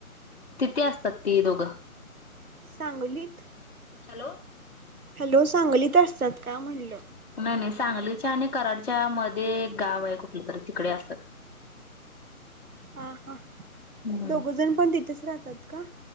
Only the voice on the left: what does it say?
तिथे असतात ती दोघं
हॅलो
नाही नाही सांगलीच्या आणि कराडच्या मध्ये एक गाव आहे कुठलं तरी तिकडे असतात
हम्म